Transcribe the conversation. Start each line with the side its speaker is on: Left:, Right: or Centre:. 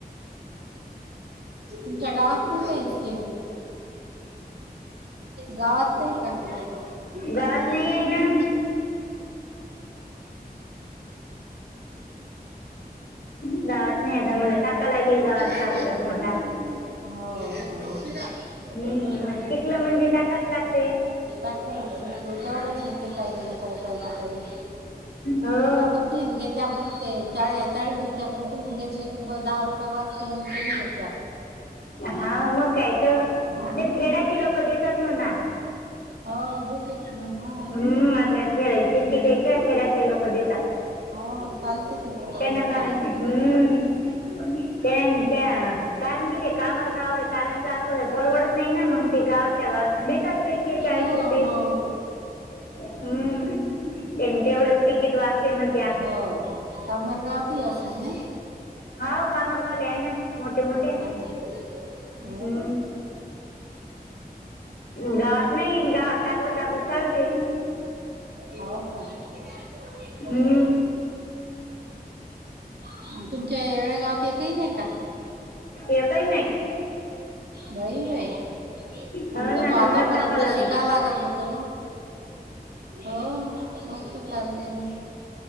Right: तुमच्या गावात नाही का ही स्कीम? गावात नाही का? तुझी
Left: गावात
Right: मम्मी <inaudible> हो
Left: नाही आहे ना गावात नाही आता मला टाका लागेल गावात
Right: का.
Left: पार्लर
Right: <inaudible>
Left: मोठा
Right: हो हो.
Left: हम्म मग शिकलं म्हणजे टाकाच लागते
Right: असं असं ते तेवढंच येतं काय गेलं काय, काही ना काही.
Left: हो
Right: लोक तीस घेता. आपण ते चाळी चाळीस घेते. आपण तीस घेतलं की ब दहा रुपये वाजते म्हणून, कमी घेत
Left: हा मग काय तर,
Right: हम्म.
Left: पण खेड्याची लोकं देतात म्हणा.
Right: हो देतेच ना हा
Left: हम्म, आपल्या खेळायची सिटीपेक्षा खेड्यातले लोक देत
Right: हो, चालते तिथं, पहिलंच
Left: त्यांना कारण
Right: चांगल.
Left: हम्म, त्येन त्या. कारण कि ते कामर गाव हाय कारण जास्त वेळ परवडत नाही ना मग ते गावातल्या गावात देतात पैसे चाळीस
Right: हो
Left: रुपये
Right: हो
Left: हू ऐन तेवढच तिकीट वाचते म्हण
Right: हो कामर गावात ही असेल नई
Left: हाव कामार गावले हाय ना मोठे मोठे हायता
Right: हम्म. हो
Left: हू
Right: का
Left: गावात
Right: हम्म.
Left: नाही गावात टाकलं तर आपलं चालते
Right: हो का
Left: हू
Right: मग तुमच्या येळे गावात एकही नाही का
Left: ऐक ही नाही
Right: बाई बाईं
Left: हो
Right: आमचा
Left: ना
Right: तो आतापर्यंत
Left: तर मला टाकावं लागेल
Right: शिका लागत होतो हो मस्त चालते ना